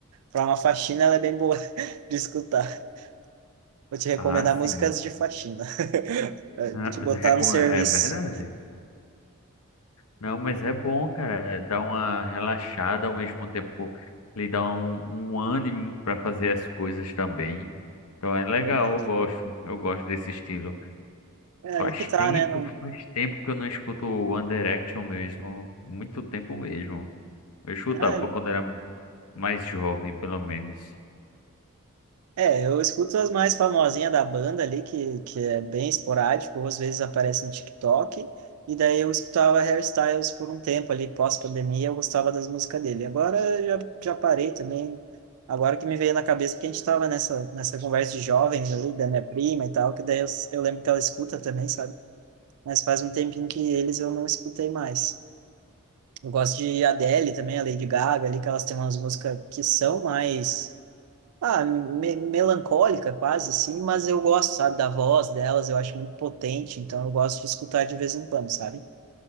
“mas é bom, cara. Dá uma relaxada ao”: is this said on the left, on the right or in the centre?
Left